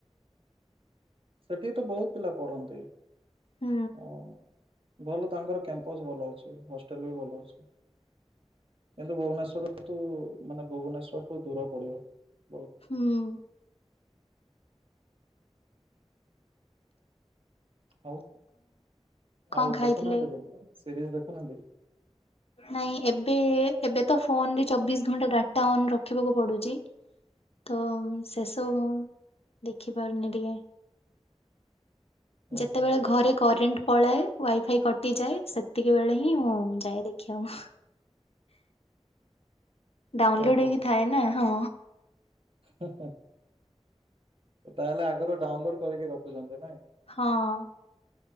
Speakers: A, on the right; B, on the left.
A: ସେଠି ତ ବହୁତ ପିଲା ପଢନ୍ତି।
B: ହୁଁ।
A: ଆଉ ଭଲ ତାଙ୍କର କ୍ୟାମ୍ପସ୍ ଭଲ ଅଛି ହଷ୍ଟେଲ ବି ଭଲ ଅଛି। କିନ୍ତୁ ଭୁବନେଶ୍ଵର ଠୁ ମାନେ ଭୁବନେଶ୍ଵର ଠୁ ଦୂର ପଡିବ ବହୁତ।
B: ହୁଁ।
A: ଆଉ
B: କଣ
A: ଆଉ
B: ଖାଇଥିଲେ?
A: ଦେଖୁନାହାନ୍ତି କି ସିରିଜ ଦେଖୁନାହାନ୍ତି କି?
B: ନାଇଁ ଏବେ ଏବେ ତ ଫୋନ୍ ରେ ଚବିଶ ଘଣ୍ଟା ଡାଟା ଅନ୍ ରଖିବାକୁ ପଡୁଛି। ତ ସେସବୁ ଦେଖି ପାରୁନି ଟିକେ।
A: ଓହୋ
B: ଯେତେବେଳେ ଘରେ କରେଣ୍ଟ ପଳାଏ ୱାଇଫାଇ କଟିଯାଏ ସେତିକି ବେଳେ ହିଁ ମୁଁ ଯାଏ ଦେଖିବାକୁ। ଡାଉନଲୋଡ
A: ଓହୋ
B: ହେଇକି ଥାଏ ନା ହଁ।
A: ହୁଁ ହୁଁ ତାହେଲେ ଆଗରୁ ଡାଉନଲୋଡ କରିକି ରଖୁଛନ୍ତି ନା?
B: ହଁ।